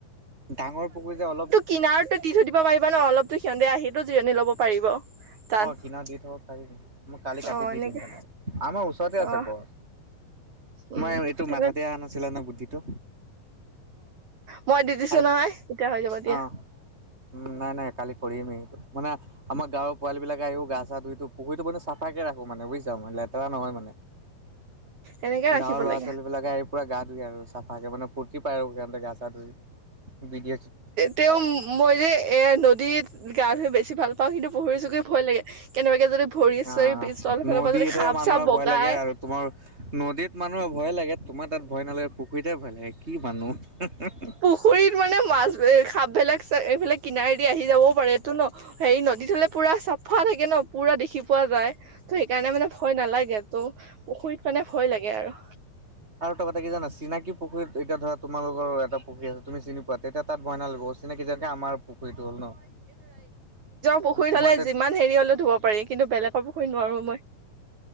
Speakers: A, on the right (about 15°); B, on the right (about 55°).
A: ডাঙৰ পুকুৰী যে অলপ
B: কিনাৰততো দি থৈ দিব পাৰিবা ন, অলপতো সিহ'তে আহি জিৰণি ল'ব পাৰিব। তাত
A: অ' কিনাৰত দি থব পাৰিম, মই কালি কাটি
B: অ
A: দি
B: এনেকে
A: দিম তেনে আমাৰ ওচৰতে আছে
B: অ
A: গছ।
B: উম
A: মই এইটো
B: তেনে
A: মাথাতে অহা নাছিলা নহয় বুদ্ধিটো।
B: মই দি দিছো
A: আৰু
B: নহয় এতিয়া হৈ যাব দিয়া।
A: অ উম, নাই নাই কালি কৰিমেই এইটো মানে আমাৰ গাঁৱৰ পোৱাল বিলাক আহিব গা ছা ধুইটো, পুখুৰীতো মানে চফাকে ৰাখো মানে বুজিছা মানে লেতেৰা নহয়া মানে।
B: এনেকে ৰাখিব
A: গাঁৱৰ ল'ৰা
B: লাগে
A: ছোৱালী বিলাকে আহি পুৰা গা ধুই আৰু চাফাকে মানে ফূুৰ্তি পায় আৰু সিহ'তে গা চা ধুই, ভিডি
B: তেওঁ মই যে এই নদীত গা ধুই বেছি ভাল পাওঁ, কিন্তু পুখুৰীয়ে চুখুৰীয়ে ভয় লাগে। কেনেবাকে যদি ভৰি
A: অ'
B: চৰি পিছল, ইফালৰ
A: নদীতহে
B: পৰা যদি সাপ
A: মানুহৰ
B: চাপ বগাই
A: ভয় লাগে আৰু তোমাৰ নদীত মানুহৰ ভয় লাগে তোমাৰ তাত ভয় নালাগে পুখুৰীতে ভয় লাগে কি মানুহ।
B: পুখুৰীত মানে মাছ সাপবিলাক এইফালে কিনাৰে দি আহি যাবওঁ পাৰে ন হেৰি নদীত হ'লে পুৰা চাফা থাকে ন। পুৰা দেখি পোৱা যায়, ত' সেইকাৰণে মানে ভয় নালাগে। ত' পুখুৰীত মানে ভয় লাগে আৰু।
A: আৰু এটা কথা কি জানা চিনাকি পুুখুৰীত, এতিয়া ধৰা তোমালোকৰ এটা পুখী আছে তুমি চিনি পোৱা, তেতিয়া তাত ভয় নালাগিব অচিনকি জেগা আমাৰ পুখুৰীতটো হ'ল ন।
B: পুখুৰী
A: তোমাৰ
B: হ'লে
A: তাত
B: যিমান হেৰি হ'লে ধুব পাৰি, কিন্তু বেলেগৰ পুখুৰীত নোৱাৰো মই।